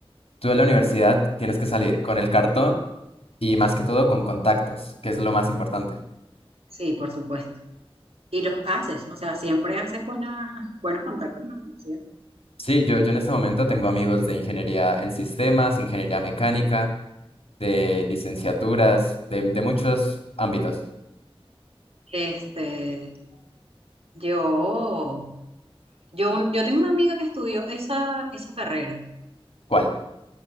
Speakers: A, on the left; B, on the right.
A: tú de la universidad tienes que salir con el cartón y más que todo con contactos, que es lo más importante.
B: Sí, por supuesto. Y los haces, o sea, siempre haces buenas, buenos contactos en la universidad.
A: Sí, yo, yo en este momento tengo amigos de ingeniería en sistemas, ingeniería mecánica, de licenciaturas, de, de muchos ámbitos.
B: Este, yo, yo, yo tengo una amiga que estudió esa, esa carrera,
A: ¿Cuál?